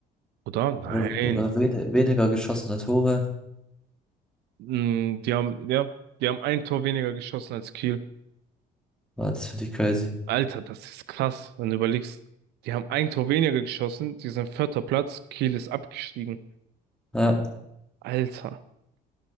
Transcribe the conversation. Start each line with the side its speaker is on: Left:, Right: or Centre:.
Right: Oder? Nein.
Centre: Oder, oder wen weniger geschossene Tore?
Right: Mm, die haben, ja, die haben ein Tor weniger geschossen als Kiel.
Centre: Ja, das finde ich crazy.
Right: Alter, das ist krass, wenn du überlegst. Die haben ein Tor weniger geschossen, die sind vierter Platz, Kiel ist abgestiegen.
Centre: Ja.
Right: Alter,